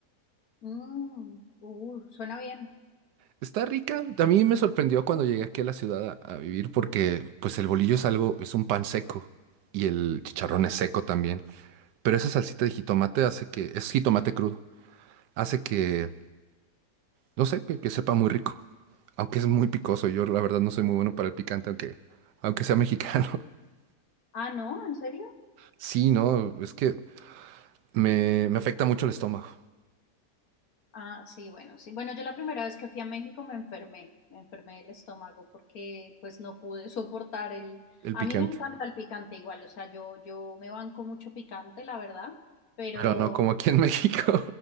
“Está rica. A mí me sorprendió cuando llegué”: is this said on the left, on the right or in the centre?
Right